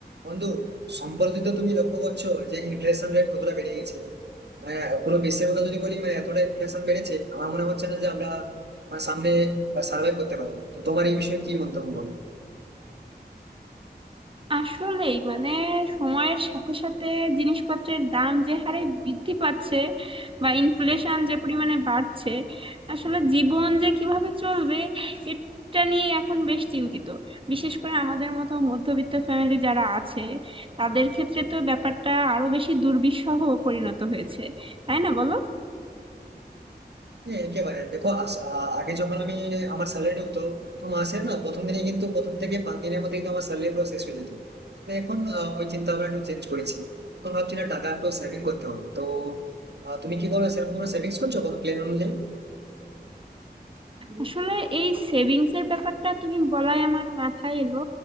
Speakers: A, on the right; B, on the right.
A: বন্ধু সম্প্রতি তো তুমি লক্ষ্য করছো যে ইনফ্লেশন রেট কতটা বেড়ে গেছে মানে পুরো বিশ্বের কথা যদি বলি মানে এতটা ইনফ্লেশন বেড়েছে আমার মনে হচ্ছে না যে আমরা মানে সামনে সার্ভাইভ করতে পারবো তো তোমার এই বিষয়ে কি মন্তব্য হবে
B: আসলেই মানে সময়ের সাথে সাথে জিনিসপত্রের দাম যে হারে বৃদ্ধি পাচ্ছে বা ইনফ্লেশন যে পরিমাণে বাড়ছে আসলে জীবন যে কিভাবে চলবে এটা নিয়ে এখন বেশ চিন্তিত বিশেষ করে আমাদের মতো মধ্যবিত্ত ফ্যামিলি যারা আছে তাদের ক্ষেত্রে তো ব্যাপারটা আরো বেশি দুর্বিষহ পরিণত হয়েছে তাই না বলো
A: হ্যাঁ একেবারে দেখো আস- আ- আগে যখন আমি আমার স্যালারি ঢুকতো তো মাসে না প্রথম দিনে কিন্তু প্রথম থেকে পাঁচ দিনের মধ্যে কিন্তু আমার স্যালারি পুরো শেষ হয়ে যেত তবে এখন আ, ওই চিন্তা ভাবনা একটু চেঞ্জ করেছি এখন ভাবছি না টাকা একটু সেভিং করতে হবে তো আ, তুমি কি করো সেরকম কোনো সেভিংস করছো কোনো প্ল্যান অনুযায়ী
B: আসলে এই সেভিংস এর ব্যাপারটা তুমি বলাই আমার মাথায় এলো